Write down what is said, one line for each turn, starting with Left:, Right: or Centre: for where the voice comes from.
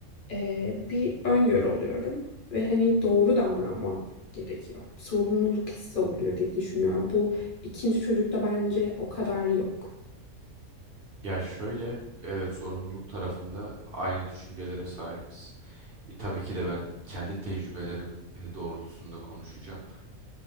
Left: Eee, bir öngörü oluyorum ve hani doğru davranmam gerekiyor. Sorumluluk hissi oluyor diye düşünüyorum. Bu ikinci çocukta bence o kadar yok.
Right: Ya şöyle, evet sorumluluk tarafında aynı düşüncelere sahibiz. E, tabii ki de ben kendi tecrübelerim e, doğrultusunda konuşacağım.